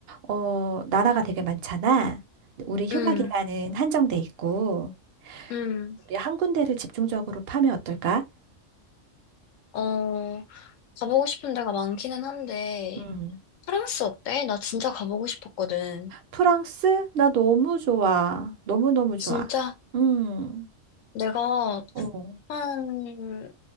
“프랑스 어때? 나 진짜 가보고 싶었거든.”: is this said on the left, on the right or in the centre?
Left